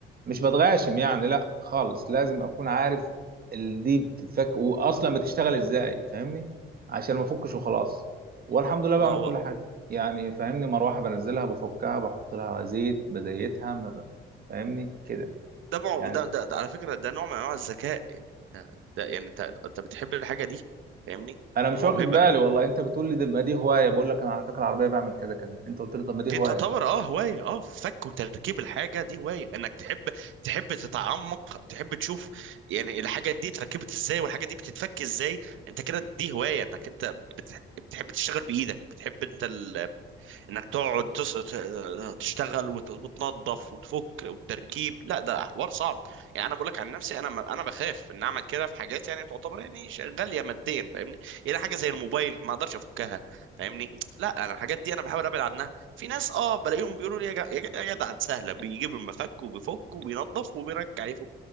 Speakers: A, on the right (about 50°); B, on the right (about 80°).
A: مش بتغاشم يعني لا خالص لازم اكون عارف ال- دي بتتفك واصلا بتشتغل ازاي فاهمني عشان ما افكش وخلاص والحمد لله
B: والله
A: بعمل كل حاجه يعني فاهمني مروحه بنزلها بفكها بحط لها زيت بزيتها ما- فاهمني كده
B: ده مع...
A: يعني
B: ده, ده, ده على فكرة ده نوع من انواع الذكاء يعني ده, ده يعني انت انت بتحب الحاجة دي فاهمني
A: انا مش
B: وموهبة
A: واخد بالي والله انت بتقول لي ده ما دي هوايه بقول لك انا على فكره العربيه بعمل كذا كذا انت قلت لي طب ما دي
B: دي
A: هوايه
B: تعتبر اه هواية اه فك وتركيب الحاجة دي هواية انك تحب تحب تتعمق تحب تشوف يعني الحاجة دي اتركبت ازاي والحاجة دي بتتفك ازاي انت كده دي هواية انك انت بتح- بتحب تشتغل بإيدك بتحب انت انك تقعد تص- ت- تشتغل وت- وتنظف وتفك والتركيب لا ده حوار صعب يعني انا بقول لك عن نفسي انا ما- انا بخاف ان اعمل كده في حاجات يعني تعتبر يعني ش- غاليه ماديا فاهمني يعني حاجه زي الموبايل ما اقدرش افكها فاهمني لا انا الحاجات دي انا بحاول ابعد عنها في ناس اه بلاقيهم بيقولوا لي يا جا- يا جا- يا جدع دي سهله بيجيب المفك وبيفك وبينظف وبيرجع يفك